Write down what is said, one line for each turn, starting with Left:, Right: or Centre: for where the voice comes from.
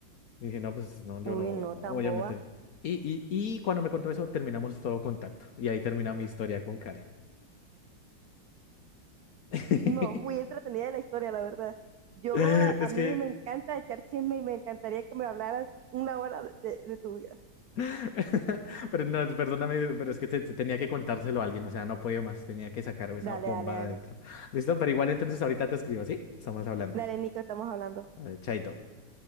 Left: Y dije, no, pues no, yo
Right: Uy,
Left: no, obviamente.
Right: no, tan boba.
Left: Y, y, y cuando me contó eso, terminamos todo contacto. Y ahí termina mi historia con Karen. <laughs>
Right: No, muy entretenida la historia, la verdad. Yo,
Left: Es
Right: a a mí
Left: que
Right: me encanta echar chisme y me encantaría que me hablaras una hora de, de de tu vida.
Left: <laughs> Pero no, perdóname, pero es que te- te tenía que contárselo a alguien, o sea, no podía más, tenía que sacar esa
Right: Dale,
Left: bomba
Right: dale, dale.
Left: de adentro. Listo, pero igual entonces ahorita te escribo, ¿sí? Estamos hablando.
Right: Dale, Nico, estamos hablando.
Left: A chaito.